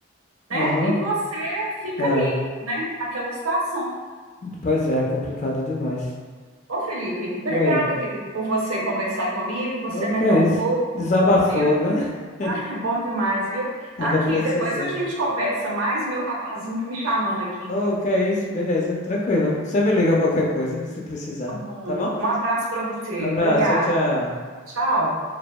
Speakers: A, on the left; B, on the right.
A: aham.
B: né? E você fica
A: É,
B: ali, né? Naquela situação.
A: pois é, é complicado demais.
B: Ô, Felipe, obrigada,
A: Oi,
B: querido, por você conversar comigo, você
A: o
B: me
A: que
B: acalmou,
A: é isso? Desabafou,
B: viu?
A: né? <laughs>
B: É bom demais, viu?
A: Tava
B: Aqui,
A: precisando.
B: depois a gente conversa mais, meu rapazinho tá me chamando aqui.
A: Ô, que é isso? Beleza, tranquilo. Você me liga qualquer coisa, se precisar,
B: Tá bom.
A: tá bom?
B: Um abraço para você.
A: Abraço,
B: Obrigada.
A: tchau, tchau.
B: Tchau.